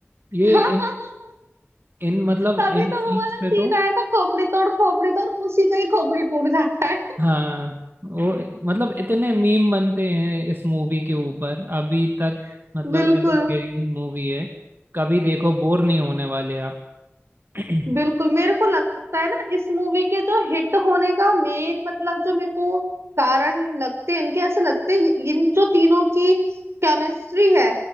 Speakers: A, on the right; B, on the right.
A: <laughs>
B: ये इन, इन मतलब
A: तभी
B: इन
A: तो
B: सीन्स
A: वो वाला
B: पे
A: सीन
B: तो
A: आया था खोपड़ी तोड़ खोपड़ी तोड़ उसी का ही खोपड़ी टूट जाता है
B: हाँ वो मतलब इतने मीम बनते हैं इस मूवी के ऊपर अभी तक
A: <laughs>
B: मतलब
A: बिल्कुल
B: एवरग्रीन मूवी है कभी देखो बोर नहीं होने वाले आप <clears throat> हम्म
A: बिल्कुल मेरे को लगता है ना इस मूवी के जो हिट होने का मेन मतलब जो मेरे को कारण लगते हैं इनके ऐसे लगते हैं इन जो तीनों की केमिस्ट्री है